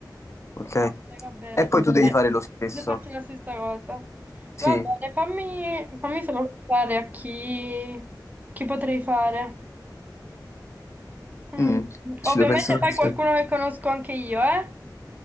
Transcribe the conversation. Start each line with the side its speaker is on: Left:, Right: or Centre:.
Left: ok?
Right: Ok, va bene.
Left: E poi tu devi
Right: Eh,
Left: fare lo stesso.
Right: ne faccio la stessa cosa.
Left: Sì,
Right: Va bene, fammi, fammi solo pensare a chi, chi potrei fare. Mm,
Left: Mm, ci
Right: Ovviamente
Left: devo pensare.
Right: fai
Left: sì.
Right: qualcuno che conosco anche io, eh?